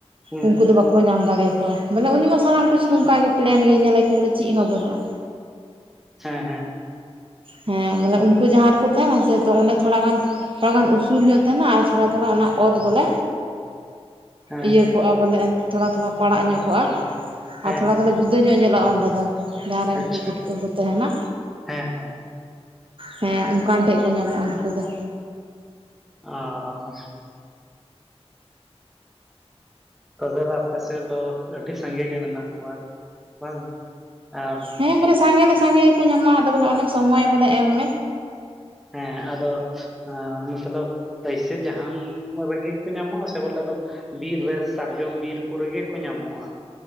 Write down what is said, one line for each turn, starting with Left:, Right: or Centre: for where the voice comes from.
Centre: ᱦᱩᱸ
Right: ᱩᱱᱠᱩ ᱫᱚ ᱵᱟᱠ ᱠᱚ ᱧᱟᱢ ᱫᱟᱲᱮᱭᱟᱠᱚᱣᱟ ᱾ ᱢᱟᱱᱮ ᱩᱱᱤ ᱡᱚᱠᱷᱟᱹᱡ ᱥᱟᱱᱟᱢ ᱠᱩᱪᱷ ᱱᱚᱝᱠᱟ ᱜᱮ ᱯᱞᱮᱱ ᱜᱮᱭ ᱧᱮᱞᱮ ᱠᱤ ᱵᱚᱞᱮ ᱪᱮᱫ ᱦᱚᱸ ᱵᱟᱹᱱᱩᱜᱼᱟ᱾
Centre: ᱦᱮᱸ ᱦᱮᱸ
Right: ᱦᱮᱸ ᱵᱚᱞᱮ ᱩᱱᱠᱩ ᱡᱟᱦᱟᱸ ᱨᱮᱠᱚ ᱛᱟᱦᱮᱱᱟ ᱥᱮ, ᱛᱚ ᱚᱸᱰᱮ ᱛᱷᱚᱲᱟ ᱜᱟᱱ ᱛᱷᱚᱲᱟ ᱜᱟᱱ ᱩᱥᱩᱞ ᱧᱚᱜ ᱛᱟᱦᱮᱱᱟ ᱟᱨ ᱛᱷᱚᱲᱟ ᱛᱷᱚᱲᱟ ᱚᱱᱟ ᱚᱛ ᱵᱚᱞᱮ
Centre: ᱦᱮᱸ
Right: ᱤᱭᱟᱹ ᱠᱚᱜᱼᱟ ᱵᱚᱞᱮ ᱮᱱᱛ ᱛᱷᱚᱲᱟ - ᱛᱷᱚᱲᱟ ᱯᱟᱲᱟᱜ ᱧᱚᱜ ᱠᱚᱜᱼᱟ᱾
Centre: ᱦᱮᱸ
Right: ᱟᱨ ᱛᱷᱚᱲᱟ
Centre: ᱦᱮᱸ
Right: ᱫᱚᱞᱮ ᱡᱩ ᱡᱩᱫᱟᱹ ᱧᱚᱜ ᱧᱮᱞᱚᱜᱼᱟ ᱚᱸᱰᱮ ᱫᱚ, ᱡᱟᱦᱟᱸᱨᱮ ᱩᱱᱠᱩ
Centre: ᱟᱪᱪᱷᱟ
Right: ᱯᱩᱴᱼᱠᱟᱹ ᱠᱚ ᱛᱟᱦᱮᱱᱟ᱾
Centre: ᱦᱮᱸ ᱦᱮᱸ
Right: ᱦᱮᱸ ᱚᱱᱠᱟᱱ ᱴᱷᱮᱜ ᱠᱚ ᱧᱟᱢᱚᱜᱼᱟ ᱩᱱᱠᱩ ᱫᱚ᱾
Centre: ᱚ ᱛᱚᱵᱮ ᱫᱚ ᱟᱯᱮ ᱥᱮᱫ ᱫᱚ ᱟᱹᱰᱤ ᱥᱟᱸᱜᱮ ᱜᱮ ᱢᱮᱱᱟᱜ ᱠᱚᱣᱟ ᱵᱟᱝ ᱟᱨ
Right: ᱦᱮᱸ ᱵᱚᱞᱮ ᱥᱟᱸᱜᱮ ᱫᱚ ᱥᱟᱸᱜᱮ ᱜᱮᱠᱚ ᱧᱟᱢᱚᱜᱼᱟ ᱟᱫᱚ ᱵᱚᱞᱮ ᱚᱱᱮ ᱥᱚᱢᱚᱭ ᱵᱚᱞᱮ ᱮᱢ ᱢᱮ᱾
Centre: ᱦᱮᱸ ᱟᱫᱚ ᱟᱸ ᱢᱚᱛᱞᱚᱵ ᱟᱭᱥᱟᱹ ᱡᱟᱢ ᱨᱮᱜᱮ ᱠᱚ ᱧᱟᱢᱚᱜᱼᱟ ᱥᱮ ᱵᱚᱞᱮ ᱫᱚᱢ ᱵᱤᱨ ᱨᱮ ᱥᱟᱨᱡᱚᱢ ᱵᱤᱨ ᱠᱚᱨᱮ ᱜᱮ ᱠᱚ ᱧᱟᱢᱚᱜᱼᱟ᱾